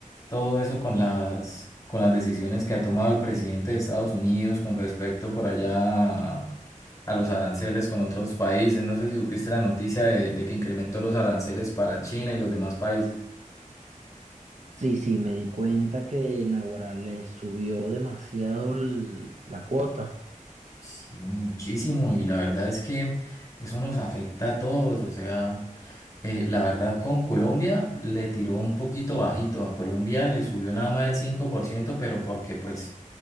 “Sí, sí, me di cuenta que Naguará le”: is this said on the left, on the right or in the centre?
Right